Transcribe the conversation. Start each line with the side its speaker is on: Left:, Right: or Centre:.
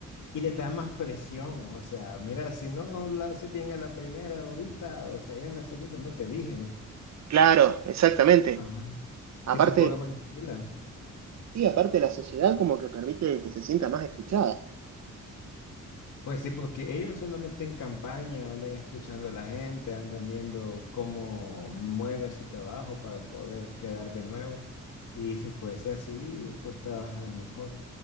Left: y le da más presión, o sea, mira, si no la haces bien a la primera ahorita, o sea, ya en la segunda no te eligen,
Right: Claro, exactamente.
Left: <laughs> Ajá.
Right: Aparte,
Left: que se ponga más pila.
Right: sí, aparte la sociedad como que permite que se sienta más escuchada.
Left: Pues sí, porque ellos solamente en campaña andan escuchando a la gente, andan viendo cómo mueven su trabajo para poder quedar de nuevo. Y si fuese así, pues trabajarán mejor.